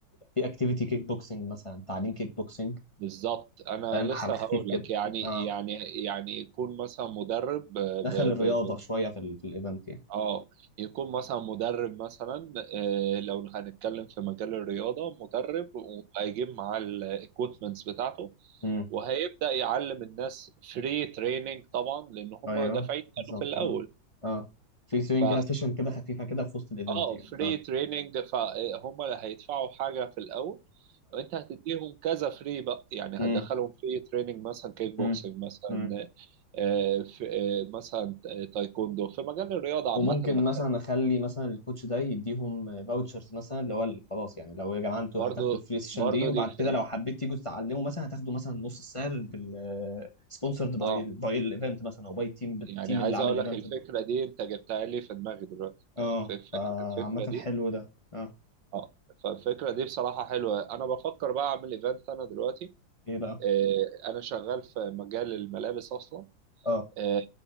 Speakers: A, on the left; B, on the right.
A: في اكتيفيتي كيك بوكسنج مثلا تعليم كيك بوكسنج
B: بالظبط انا
A: فاهم حاجه
B: لسه
A: خفيف
B: هقول
A: كده
B: لك يعني
A: اه
B: يعني يعني يكون مثلا مدرب ب
A: دخل
B: ب
A: الرياضه
B: ب ب
A: شويه في ال- في الايفنت يعني
B: اه يكون مثلا مدرب مثلا آه لو هنتكلم في مجال الرياضه مدرب وهيجيب معاه الايكويبمنتس بتاعته
A: اه
B: وهيبدا يعلم الناس فري تريننج طبعا لان هم
A: ايوه
B: دافعين كانوا
A: بالظبط
B: في الاول
A: اه اه في سوينج
B: ف
A: كده سيشن كده خفيفه كده في وسط الايفنت
B: اه
A: يعني
B: فري
A: اه
B: تريننج فهم اللي هيدفعوا حاجه في الاول وانت هتديهم كذا فري بقى يعني هتدخلهم
A: امم
B: فري تريننج مثلا كيك بوكسنج
A: امم
B: مثلا
A: امم
B: في آه، مثلا آه، تايكوندو في مجال الرياضة
A: وممكن
B: عامة بتكلم
A: مثلا اخلي مثلا الكوتش ده يديهم فاوتشرز مثلا اللي هو ال- خلاص يعني لو يا جماعه انتوا
B: برضو
A: هتاخدوا الفري سيشن
B: برضو
A: دي وبعد
B: دي ف...
A: كده لو حبيت تيجوا تتعلموا مثلا هتاخدوا مثلا نص السعر بال سبونسرد باي
B: اه
A: ال- باي الايفنت مثلا او باي تيم التيم
B: يعني عايز
A: اللي عامل
B: اقول
A: الايفنت
B: لك الفكرة
A: ده
B: دي انت جبتها لي في دماغي دلوقتي
A: اه
B: في في-
A: فعامه
B: الفكرة دي
A: حلو ده اه
B: اه فالفكرة دي بصراحة حلوة انا بفكر بقى اعمل ايفنت انا دلوقتي
A: ايه بقى
B: آه، انا شغال في مجال الملابس اصلا
A: اه
B: آه،